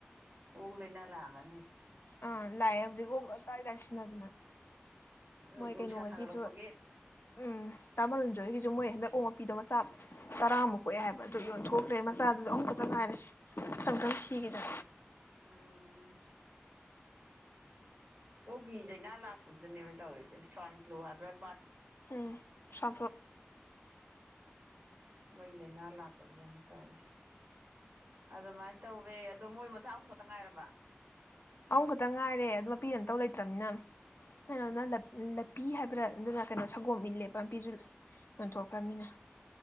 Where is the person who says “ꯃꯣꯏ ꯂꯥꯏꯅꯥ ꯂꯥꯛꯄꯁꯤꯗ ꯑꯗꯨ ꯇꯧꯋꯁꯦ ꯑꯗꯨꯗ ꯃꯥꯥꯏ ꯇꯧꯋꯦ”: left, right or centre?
Right